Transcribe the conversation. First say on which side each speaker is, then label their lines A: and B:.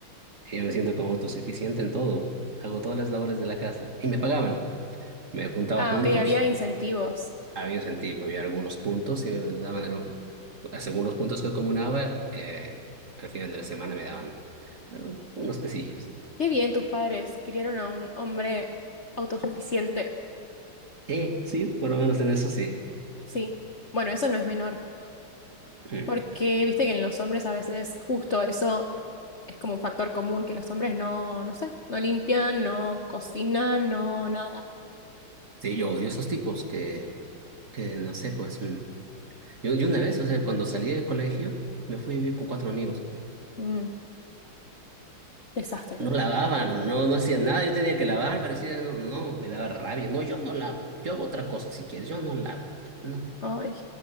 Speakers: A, on the right (about 40°); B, on the left (about 45°).
A: Y yo me siento como autosuficiente en todo. Hago todas las labores de la casa. Y me pagaban. Me juntaba
B: Ah,
A: puntos,
B: ok, había incentivos.
A: había un sentido, había algunos puntos y me daban, algún- según los puntos que acumulaba, eh, al final de la semana me daban unos pesillos.
B: Qué bien, tus padres criaron a un hombre autosuficiente.
A: Eh, sí, por lo menos en eso sí.
B: Sí. Bueno, eso no es menor,
A: Mm.
B: porque viste que en los hombres a veces justo eso es como un factor común, que los hombres no, no sé, no limpian, no cocinan, no nada.
A: Sí, yo odio esos tipos que que no sé, pues un- yo, yo una vez, o sea, cuando salí del colegio, me fui a vivir con cuatro amigos.
B: Mm, desastre.
A: No lavaban, no, no hacían nada, yo tenía que lavar, parecía, no, no, me daba rabia. No, yo no lavo, yo hago otra cosa si quieres, yo no lavo. No, me-
B: Ay,